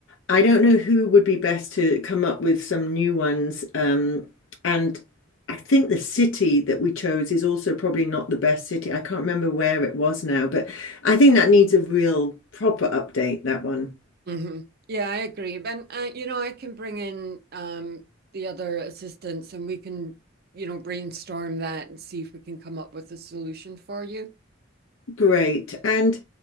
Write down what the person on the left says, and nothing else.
i don't know who would be best to come up with some new ones um, and I think the city that we chose is also probably not the best city. I can't remember where it was now, but I think that needs a real proper update, that one.
Great. And